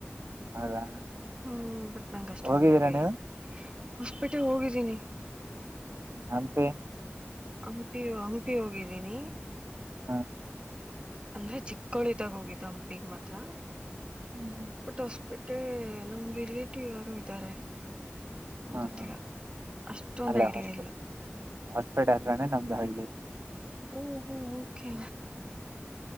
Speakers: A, on the right; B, on the right.
A: ಹೌದಾ
B: ಹ್ಮ್ ಬಟ್ ನಂಗ ಅಷ್ಟೊಂದು
A: ಹೋಗಿದ್ದೀರಾ
B: ಯಾರು
A: ನೀವು
B: ಏನ್ ಹೊಸಪೇಟೆ ಹೋಗಿದ್ದೀನಿ
A: ಅಂತ
B: ಹಂಪಿ ಹಂಪಿ ಹೋಗಿದ್ದೀನಿ
A: ಹ
B: ಅಂದ್ರೆ ಚಿಕ್ಕಳಿದಾಗ ಹೋಗಿದ್ದ ಹಂಪಿಗೆ ಮಾತ್ರ
A: ಹ್ಮ್ ಹ್ಮ್
B: ಬಟ್ ಅಷ್ಟ ಬಟ್ಟೆ ನಮ ರಿಲೇಟಿವ್ ಯಾರು ಇದ್ದಾರೆ
A: ಹಾ
B: ಗೊತ್ತಿಲ್ಲ
A: ಹಾ
B: ಅಷ್ಟೊಂದು
A: ಅಲ್ಲೇ
B: ಐಡಿಯಾ
A: ಹಾಸ್ಪಿ
B: ಇಲ್ಲ
A: ಹಾಸ್ಪಿಟ್ ಹತ್ರೇ ನಮ್ದು ಹಳ್ಳಿ <inaudible>
B: ಓ ಹೋ ಓಕೆ